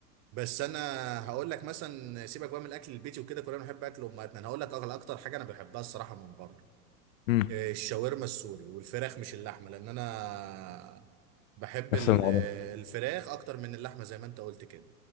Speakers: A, on the right; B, on the left.
A: بس انا هقول لك مثلا سيبك بقى من الاكل البيتي وكده كلنا بنحب اكل امهاتنا انا هقول لك أغلى- اكتر حاجه انا بحبها الصراحه من بره
B: امم
A: الشاورما السوري والفراخ مش اللحمه لان انا بحب
B: نفس
A: ال-
B: الموضوع
A: الفراخ اكتر من اللحمه زي ما انت قلت كده